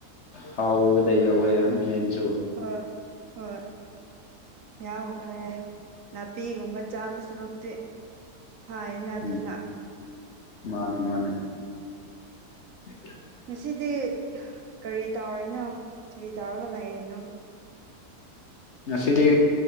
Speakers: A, on the left; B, on the right.
A: ꯍꯥꯎꯕꯗ ꯌꯥꯎꯋꯦ ꯌꯦꯟꯁꯨ
B: ꯍꯣꯏ ꯍꯣꯏ ꯌꯥꯎꯈ꯭ꯔꯦ ꯅꯥꯄꯤꯒꯨꯝꯕ ꯆꯥꯕ ꯁꯔꯨꯛꯇꯤ ꯐꯩꯌꯦꯅ ꯑꯗꯨꯅ
A: ꯎꯝ ꯃꯥꯅꯦ ꯃꯥꯅꯦ <unintelligible>
B: ꯑꯁꯤꯗꯤ ꯀꯔꯤ ꯇꯧꯔꯤꯅꯣ ꯀꯔꯤ ꯇꯧꯔꯒ ꯂꯩꯔꯤꯅꯣ
A: ꯉꯁꯤꯗꯤ